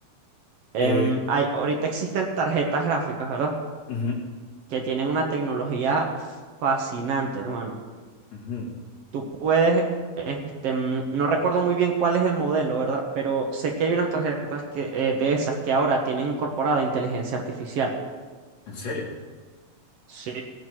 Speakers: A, on the right; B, on the left.
A: Em,
B: Eh,
A: hay, ahorita existen tarjetas gráficas, ¿verdad?
B: ujú,
A: Que tienen una tecnología fascinante, hermano.
B: ujú.
A: Tú puedes, este, mm, no recuerdo muy bien cuál es el modelo, ¿verdad? Pero sé que hay unas tarjetas que, eh, de esas que ahora tienen incorporada inteligencia artificial.
B: ¿En serio?
A: Sí,